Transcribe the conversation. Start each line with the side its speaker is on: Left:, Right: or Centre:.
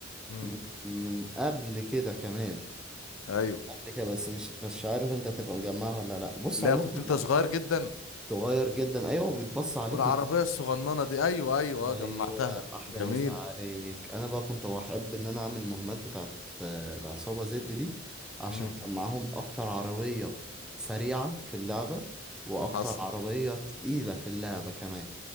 Left: مم.
Centre: من من قبل كده كمان
Left: ايوه
Centre: قبل كده بس مش بس مش عارف انت تبقى مجمعها ولا لا بص
Left: لا
Centre: عموما
Left: كنت انت
Centre: انا
Left: صغير
Centre: هحكي.
Left: جدا
Centre: صغير جدا ايوه وبيتبص عليك
Left: والعربية
Centre: من
Left: الصغننة دي أيوة أيوة
Centre: ايوه
Left: أه جمعتها
Centre: احلى
Left: جميلة
Centre: مسا عليك انا بقى كنت بحب ان انا اعمل مهمات بتاعت آه، العصابه زد دي عشان
Left: امم
Centre: كان معاهم اكتر عربيه سريعه في اللعبه واكتر
Left: حصل
Centre: عربيه تقيله في اللعبه كمان